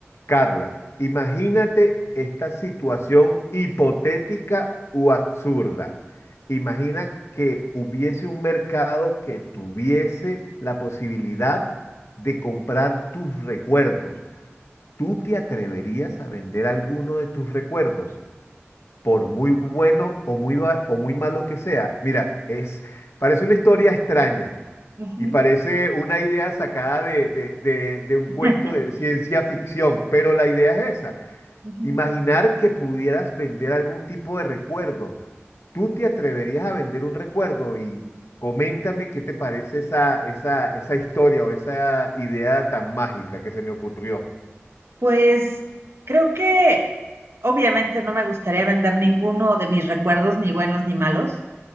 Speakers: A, on the left; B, on the right.
A: Carla, imagínate esta situación hipotética u absurda. Imagina que hubiese un mercado que tuviese la posibilidad de comprar tus recuerdos. ¿Tú te atreverías a vender alguno de tus recuerdos, por muy bueno o muy, ba- o muy malo que sea? Mira, es, parece una historia extraña
B: Ujú,
A: y parece una idea sacada de de- de- de un
B: <laughs>
A: cuento de ciencia ficción, pero la idea es esa.
B: ujú.
A: Imaginar que pudieras vender algún tipo de recuerdo. ¿Tú te atreverías a vender un recuerdo? Y coméntame qué te parece esa, esa, esa historia o esa idea tan mágica que se me ocurrió.
B: Pues creo que obviamente no me gustaría vender ninguno de mis recuerdos, ni buenos ni malos,